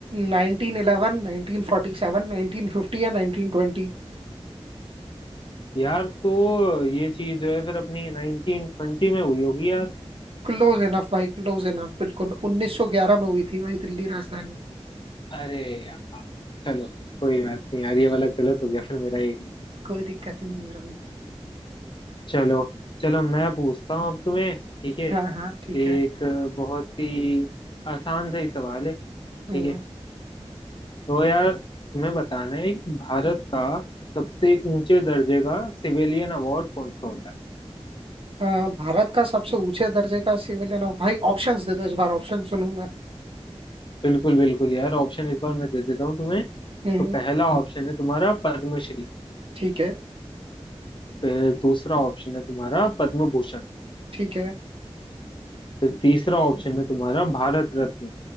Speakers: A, on the right; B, on the left.
A: 1911 1947 1950 या 1920
B: यार तो ये चीज जो है फिर अपनी नाइनटीन ट्वेंटी में हुई होगी यार
A: क्लोज इनफ भाई क्लोज इनफ बिल्कुल 1911 में हुई थी भाई दिल्ली राजधानी
B: अरे यार चलो कोई बात नहीं यार ये वाला गलत हो गया फिर मेरा एक
A: कोई दिक्कत नहीं है मेरा भाई
B: चलो चलो मैं पूछता हूँ अब तुम्हें ठीक है
A: हाँ हाँ ठीक
B: एक
A: है
B: बहुत ही आसान सा ही सवाल है ठीक
A: हम्म
B: है तो यार तुम्हें बताना है कि भारत का सबसे ऊंचे दर्जे का सिविलियन अवार्ड कौन सा होता है
A: अ, भारत का सबसे ऊंचे दर्जे का सिविलियन ऑफ भाई ऑप्शंस दे दो इस बार ऑप्शन सुनूंगा
B: बिल्कुल बिल्कुल यार ऑप्शन इस बार मैं दे देता हूँ तुम्हें
A: हम्म
B: तो पहला ऑप्शन है तुम्हारा पद्मश्री
A: ठीक है
B: फिर दूसरा ऑप्शन है तुम्हारा पद्म भूषण
A: ठीक है
B: फिर तीसरा ऑप्शन है तुम्हारा भारत रत्न